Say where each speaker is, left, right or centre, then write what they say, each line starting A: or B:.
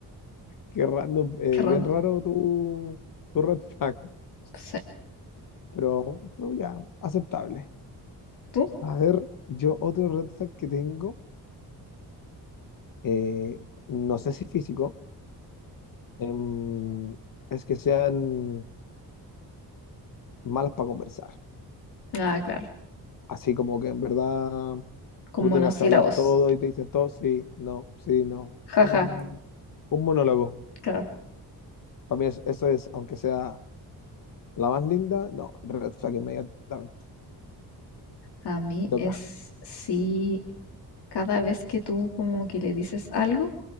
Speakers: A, on the left; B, on the left.
A: Qué random, eh,
B: Qué
A: bien
B: random.
A: raro tu, tu red flag,
B: Sí.
A: pero, pero ya, aceptable.
B: ¿Tú?
A: A ver, yo otro red flag que tengo, eh, no sé si físico, em, es que sean malas para conversar.
B: Ah, claro.
A: Así como que en verdad
B: Con
A: tú
B: monosílabos.
A: tengas que hablar todo y te dicen todo, sí, no, sí, no.
B: Jaja,
A: Un, un monólogo.
B: claro.
A: Para mí es- eso es, aunque sea la más linda, no, red flag inmediatamente.
B: A mí
A: Toca.
B: es sí. Cada vez que tú como que le dices algo,